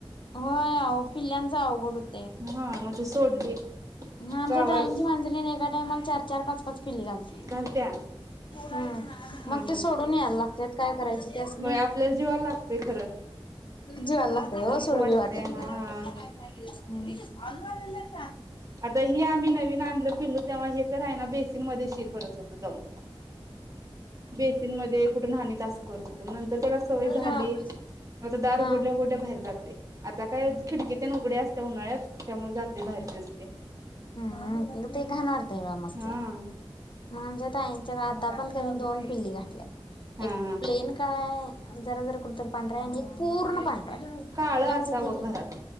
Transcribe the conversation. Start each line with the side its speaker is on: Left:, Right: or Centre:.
Left: होय आहों पिल्ल्यांच अवघड होतय.
Right: हां म ती सोडली
Left: म आमच्या
Right: गावाला
Left: ताईंची मांजरीन एकाठिकाण टाईमाला चार चार पाच पाच पिल्ली घालते
Right: घालत्या
Left: हम्म
Right: हा
Left: मग ते
Right: हा
Left: सोडून यायला लागतात काय करायच त्यासंनी,
Right: होय आपल्याला जीवाला लागतय खरं
Left: जिवाला लागतय
Right: न
Left: हो
Right: नको
Left: सोडू
Right: वाटतय
Left: बी वाटत
Right: हा
Left: नाही. का
Right: आता हे आम्ही नवीन आणलं पिल्लु तेव्हा हे तर आहेना बेसिन मध्ये शि करत होत जाऊन, बेसिन मध्ये कुठ नान्हीत असं करत होत नंतर त्याला सवय झाली
Left: हा. हा
Right: आता दार उघडल्या
Left: हम्म
Right: उघडल्या बाहेर जात आता काय खिडकीतेन उघड घडी असल त्या उन्हाळ्यात त्यामुळे जाते बाहेरच
Left: हं ते घाण वाटतंय बाई आम्हासनी
Right: हा
Left: म्हणजे ताईंच्यात आता पण‌ क् दोन पिल्ली घातल्यात
Right: हा
Left: एक
Right: हा
Left: प्लेन काळा आहे जरा जरा कुठतर पांढरा आहे आणि पूर्ण‌ पां ही
Right: काळ
Left: आमची
Right: असावं
Left: दीदी आहे,
Right: घरात